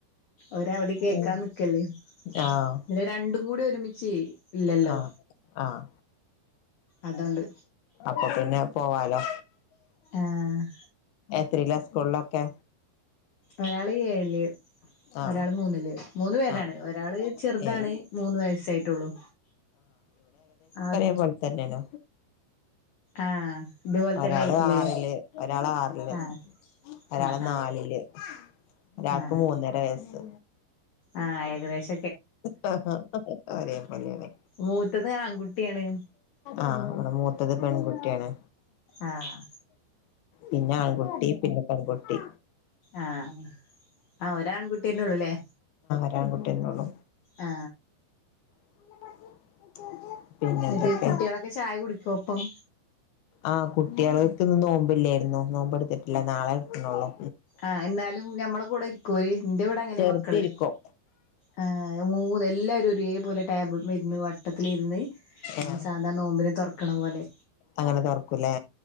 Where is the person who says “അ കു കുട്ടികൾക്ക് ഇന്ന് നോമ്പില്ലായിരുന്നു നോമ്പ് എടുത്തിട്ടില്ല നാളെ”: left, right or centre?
Left